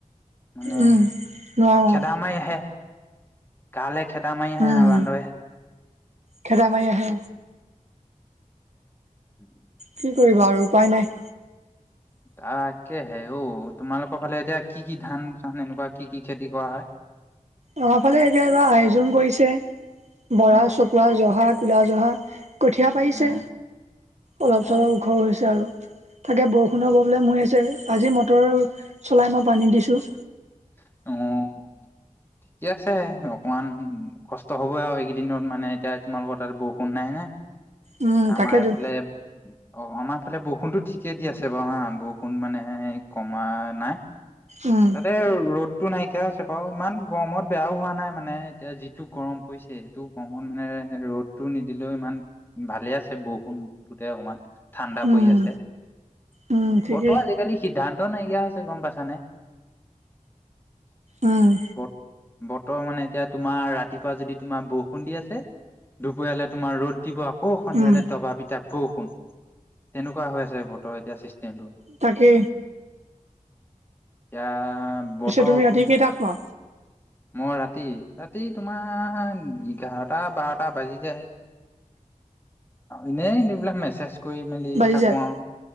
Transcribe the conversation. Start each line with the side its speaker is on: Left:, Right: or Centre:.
Left: মানে
Right: উম, নোৱাৰো
Left: খেদ মাই আহে গালে খেদা মায়ি আহে
Right: উম,
Left: আ বান্দৰে
Right: খেদা মাৰি আহে
Left: উম
Right: কি কৰিবা আৰু উপায় নাই।
Left: তাকে হে অঔ তোমালোকৰ ফালে এতিয়া কি কি ধান চান এনেকুৱা কি কি খেতি কৰা হয়। উম
Right: অঁ আমাৰ ফালে এতিয়া এবাৰ আয়োজন কৰিছে। বৰা,
Left: অ
Right: চকুৱা, জহা, কলা জহা। কঠীয়া পাৰিছে
Left: অ
Right: অলপ চলপ
Left: অ
Right: ও ঘৰ হৈছে আৰু তাকে বৰষুণৰ
Left: অ
Right: প্ৰব্লেম হৈ আছে আজি মটৰ চলাই মই পানী দিছোঁ।
Left: অঁ ঠিকে আছে অকমান কষ্ট হবই আৰু এইকেইদিনত মানে এতিয়া তোমালোকৰ তাত বৰষুণ নাই নে
Right: উম,
Left: আমাৰ
Right: তাকেতো
Left: এইফালে অঁ আমাৰ ফালে বৰষুণতটো ঠিকে দি আছে বাৰু হা বৰষুণ মানে কমা নাই
Right: উম,
Left: তাতে ৰ'দতটো নাইকিয়া আছে বাৰু ইমান গৰমত বেয়াও হোৱা নাই মানে এতিয়া যিটো গৰম পৰিছে সেইটো গৰমত মানে ৰ'দটো নিদিলেও ইমান ভালে আছে বৰষুণটোতে অকমান ঠাণ্ডা
Right: উম,
Left: পৰি আছে
Right: উম, ঠিকেই
Left: বতৰ আজিকালি সিদ্ধান্ত নাইকিয়া হৈছে গম পাইছানে।
Right: উম।
Left: বত বতৰ মানে এতিয়া তোমাৰ ৰাতিপুৱা যদি তোমাৰ বৰষুণ দি আছে। দুপৰালে তোমাৰ ৰ'দ দিব। অঁ সন্ধিয়ালে
Right: উম।
Left: দবা পিতা বৰষুণ তেনেকুৱা হৈ আছে বতৰ এতিয়া চিষ্টেমটো।
Right: তাকে
Left: এতিয়া বতৰ
Right: তুমি ৰাতি কেইটাত শুৱা
Left: মই ৰাতি, ৰাতি তোমাৰ এঘাৰটা বাৰটা বাজি যায়। এনেইবিলাক মেছেজ কৰি মেলি
Right: বাজি
Left: থাকো
Right: যায়
Left: আৰু,